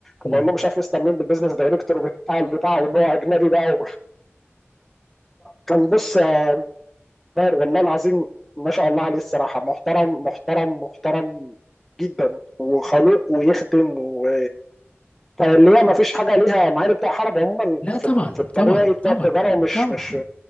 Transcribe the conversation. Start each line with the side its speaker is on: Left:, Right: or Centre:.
Centre: فبقول
Left: أمم.
Centre: لهم مش عارف مستر مين بالبيزنس دايركتور بتاع البتاع وان هو اجنبي بقى كان بص آه، طاهر والله العظيم ما شاء الله عليه الصراحة محترم محترم محترم جدا وخلوق ويخدم و فاللي هي ما فيش حاجة ليها مع ان بتوع حرب عموما
Left: لا
Centre: في,
Left: طبعا
Centre: في الطبيعي
Left: طبعا
Centre: بتوع
Left: طبعا
Centre: التجارة ومش
Left: طبعا
Centre: مش